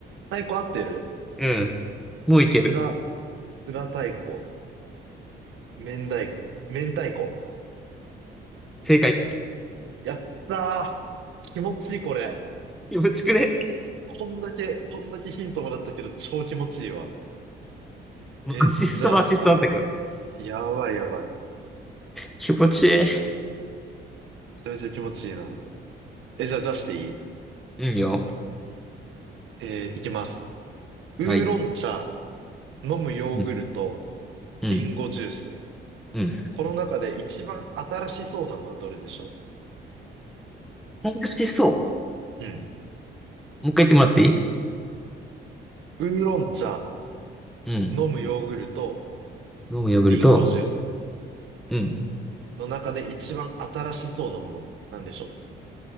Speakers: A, on the right; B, in the centre.
A: 太鼓合ってる
B: うん。もういける。
A: つら、つら太鼓。明太、明太子。
B: 正解。
A: やったー気持ちいい、これ。
B: 気持ちくね。
A: こんだけ、こんだけヒントもらったけど、超気持ちいいわ。
B: もうアシストもアシストなんだったけど。
A: えーと、じゃあ、あやばいやばい。
B: 気持ちいい。
A: それゃめちゃ気持ちいいな。え、じゃあ出していい
B: うんよ。
A: えーいきます。ウーロン茶、
B: はい。
A: 飲むヨーグルト、
B: うん。うん。
A: リンゴジュース。
B: うん。
A: この中で一番新しそうなのはどれでしょ
B: 楽しそ
A: ううん。
B: う。もう一回言ってもらっていい
A: ウーロン茶、
B: うん。
A: 飲むヨーグルト、
B: 飲むヨーグルト。
A: リンゴジュース
B: うん。
A: の中で一番新しそうなもの。なんでしょう